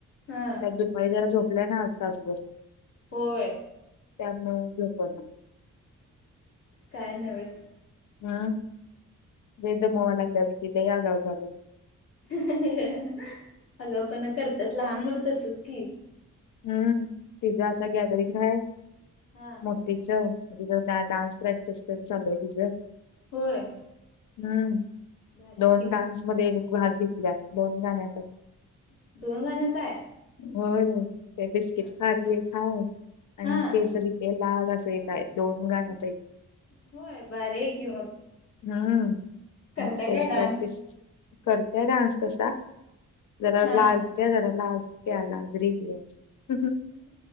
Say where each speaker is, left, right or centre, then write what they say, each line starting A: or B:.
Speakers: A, on the left (about 45°); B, on the left (about 65°).
A: हा
B: ''मगाशी जरा झोपल्याय ना तासभर, ''
A: होय,
B: त्यांना झोप ना,
A: काय नव्हच.
B: ''हं, ते लय दमवायला लागल्या लई आगाऊ झाल्या. ''
A: हं हं हं हं, आगाऊपणा करतात लहान मुलं तसच की,
B: हं, तिझ आता गॅलरिंग आहे
A: हा
B: मो- तिच, तिचं डान्स प्रॅक्टिस तर चालू आहे तिचं,
A: होय
B: ''हं,
A: भारी आहे
B: दोन
A: की मग.
B: डान्स मध्ये भाग घेतल्या दोन गाण्या तर, ''
A: दोन गाण्यात आहे.
B: होय, ते बिस्किट
A: हा हा.
B: खारी खाऊ आणि
A: हा
B: केसरी, ते लाल असं हे काय दोन गाण्या.
A: होय भारी आहे की मग
B: हं
A: करत्या
B: मग त्याची
A: काय डान्स.
B: प्रॅक्टिस, करते डान्स तसा पण जरा
A: हा
B: लाज- ते जरा लाजत्या, लाजरी जरा, हं हं